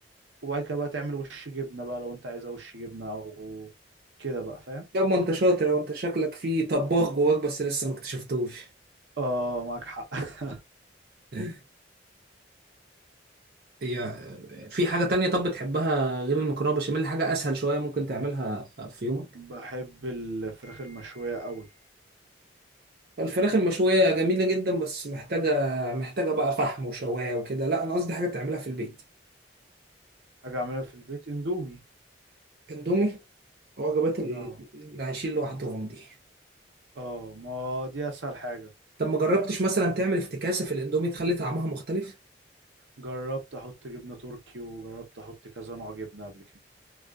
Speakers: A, on the right (about 80°); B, on the right (about 50°).
A: وبعد كده بقى تعمل وش جبنة بقى لو انت عايزة وش جبنة أو كده بقى فاهم
B: ما انت شاطر وانت شكلك فيه طباخ جواك بس لسه ما اكتشفتوش
A: اه معاك حق <laughs>
B: <laughs> هي في حاجة تانية طب بتحبها غير المكرونة بشاميل حاجة أسهل شوية ممكن تعملها في يومك
A: بحب الفراخ المشوية قوي
B: الفراخ المشوية جميلة جدا بس محتاجة محتاجة بقى فحم وشواية وكده لا أنا قصدي حاجة تعملها في البيت
A: حاجة أعملها في البيت اندومي
B: اندومي وجبات ال-
A: اه
B: اللي عايشين لوحدهم دي
A: اه ما دي اسهل حاجة
B: طب ما جربتش مثلا تعمل افتكاسة في الاندومي تخلي طعمها مختلف
A: جربت احط جبنة تركي وجربت احط كذا نوع جبنة قبل كده